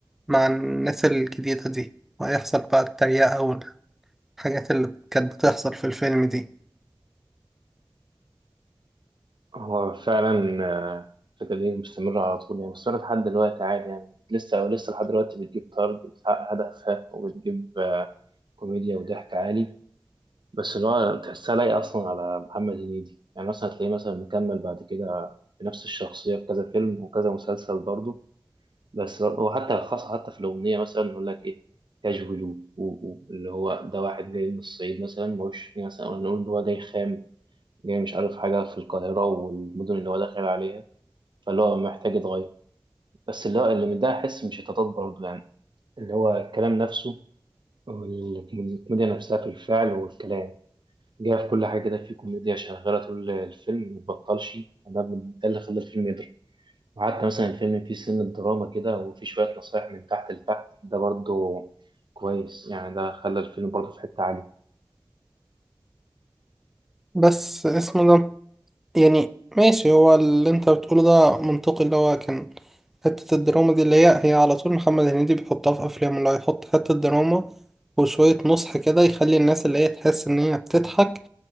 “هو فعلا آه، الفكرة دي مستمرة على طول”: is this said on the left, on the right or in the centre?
Right